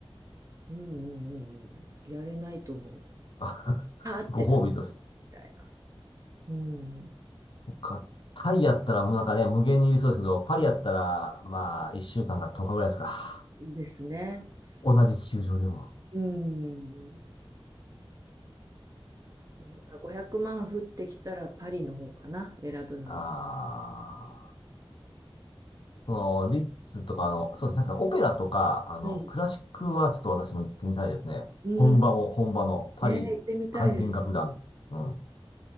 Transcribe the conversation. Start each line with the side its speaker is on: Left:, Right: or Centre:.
Right: うんうんうんうん、やれないと思う。
Left: あ <laughs>
Right: パーって使
Left: ご褒美として。
Right: うみたいな。うん、
Left: そっか。タイやったら、もうなんかね、無限にいるそうですけど、パリやったら、まあ、1週間か10日ぐらいですか。
Right: ですね。す
Left: 同じ地球上でも。
Right: うん。そう。だ500万降ってきたらパリの方かな、選ぶのは。
Left: ああ。その、リッツとかの、そうですね、確かにオペラとか、あの、
Right: うん。
Left: クラシックはちょっと私も行ってみたいですね。
Right: うん。
Left: 本場も、本場のパリ管弦楽団。
Right: ね、行ってみたいですよね。
Left: うん。